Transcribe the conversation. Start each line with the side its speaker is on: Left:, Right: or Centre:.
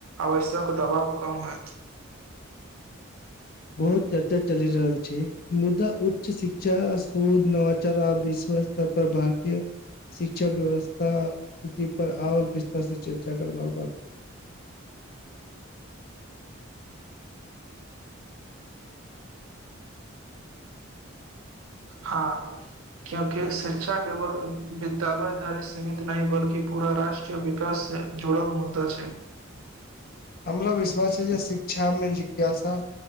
Right: आवश्यक दबाव कम होयत
Left: बहुत चर्चा चलि रहल छै मुदा उच्च शिक्षा शोध नवाचार आ विश्वास तर पर भारतीय शिक्षा व्यवस्था स्थिति पर आओर विस्तार से चर्चा करबाबक
Right: हँ क्योंकि शिक्षा केवल विद्यालय तक सीमित नहि बल्कि पूरा रष्ट्रीय विकास से जुड़ल मुद्दा छै
Left: हमरा विश्वास छै जे शिक्षामे जिज्ञासा